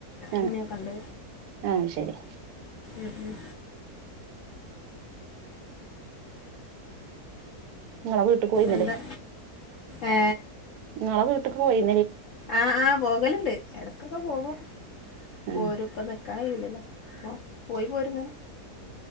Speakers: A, on the right; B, on the left.
A: ആ
B: ഇമ്മ യൊക്കെണ്ട്
A: ആ ശരി
B: ഉം ഉം
A: ഇങ്ങളെ വീട്ട്ക്ക് പോയിന്ന്ല്ലേ
B: എന്താ ഏ
A: ഇങ്ങളെ വീട്ടക്ക് പോയിര്
B: ആഹ് ആഹ് പോകലുണ്ട് ഇടക്കൊക്കെ പോകും പോരും
A: ആഹ്
B: ഇപ്പം നിക്കാൻകയൂല്ലല്ലോ അപ്പ പോയി പോരും ഇങ്ങനെ